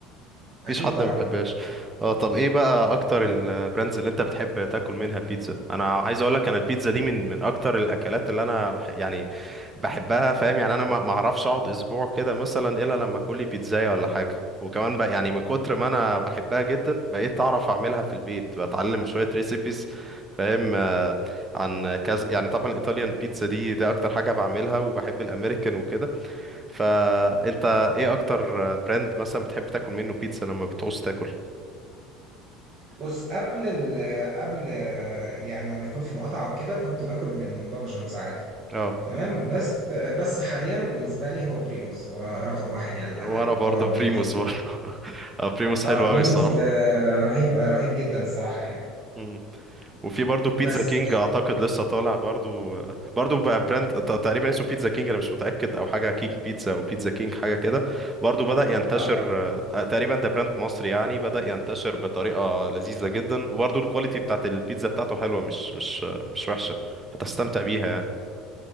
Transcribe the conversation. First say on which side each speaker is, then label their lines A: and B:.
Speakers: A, on the right; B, on the right.
A: مفيش
B: اكيد
A: حد
B: طبعا
A: ما بيحبهاش اه طب ايه بقى اكتر البراندز اللي انت بتحب تاكل منها بيتزا انا عايز اقول لك انا البيتزا دي من من اكتر الاكلات اللي انا بح يعني بحبها فاهم يعني انا ما ما اعرفش اقعد اسبوع كده مثلا الا لما اكل لي بيتزايه ولا حاجه وكمان بقى يعني من كتر ما انا بحبها جدا بقيت اعرف اعملها في البيت بتعلم شويه ريسيبيز فاهم آه، عن كذا يعني طبعا الايطاليان بيتزا دي ده اكتر حاجه بعملها وبحب الامريكان وكده فانت ايه اكتر براند مثلا بتحب تاكل منه بيتزا لما بتعوز تاكل
B: بص قبل ال قبل يعني لما يكون في مقاطعة وكده كنت باكل من بابا جونز عادي
A: اه
B: تمام بس بس حاليا بالنسبة لي هو بريموس هو رقم واحد يعني للأمانة
A: وانا برضه
B: هو بالنسبة
A: بريموس برضه <laughs> آه، بريموس
B: آه
A: حلو
B: بريموس
A: قوي الصراحه
B: آه رهيب آه رهيب جدا الصراحة يعني
A: مم. وفي برضه بيتزا
B: بس
A: كينج اعتقد لسه طالع برضه برضه بقى براند ت- تقريبا اسمه بيتزا كينج انا مش متاكد او حاجه كينج بيتزا او بيتزا كينج حاجه كده برضه بدا ينتشر
B: اه
A: آه، تقريبا ده براند مصري يعني بدا ينتشر بطريقه لذيذه جدا وبرضه الكواليتي بتاعت البيتزا بتاعته حلوه مش مش آه، مش وحشه هتستمتع بيها يعني